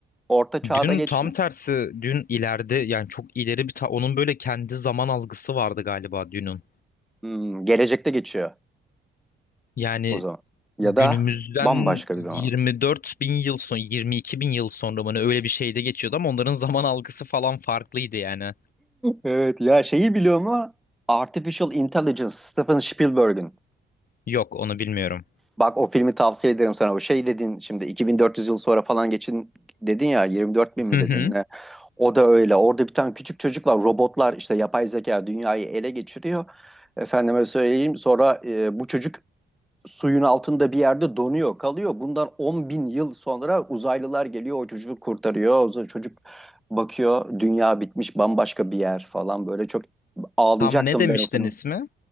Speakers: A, in the centre; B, on the left.
A: orta çağda
B: Dün
A: geçmiyor.
B: tam tersi dün ileride yani çok ileri bir ta- onun böyle kendi zaman algısı vardı galiba Dün'ün.
A: Hmm, gelecekte geçiyor
B: Yani
A: o zaman. Ya
B: Günümüzden
A: da bambaşka bir
B: 24
A: zaman. <laughs>
B: bin yıl son, 22 bin yıl sonra mı ne öyle bir şeyde geçiyordu ama onların zaman algısı falan farklıydı yani.
A: Evet ya şeyi biliyor mu? Artificial Intelligence Steven Spielberg'in.
B: Yok onu bilmiyorum.
A: Bak o filmi tavsiye ederim sana. O şey dedin şimdi 2400 yıl sonra falan geçin dedin ya 24 bin mi
B: Hı hı.
A: dedin? O da öyle. Orada bir tane küçük çocuk var. Robotlar işte yapay zeka dünyayı ele geçiriyor. Efendime söyleyeyim. Sonra e, bu çocuk suyun altında bir yerde donuyor, kalıyor. Bundan 10 bin yıl sonra uzaylılar geliyor, o çocuğu kurtarıyor. O zaman çocuk bakıyor, dünya bitmiş, bambaşka bir yer falan. Böyle çok ağlayacaktım
B: Tam ne demiştin
A: ben o film.
B: ismi?